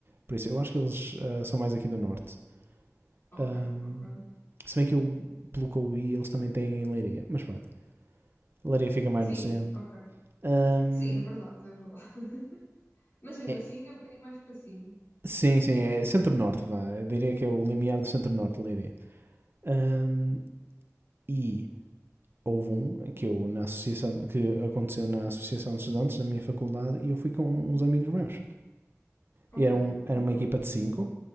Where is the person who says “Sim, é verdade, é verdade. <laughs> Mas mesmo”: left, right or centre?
Left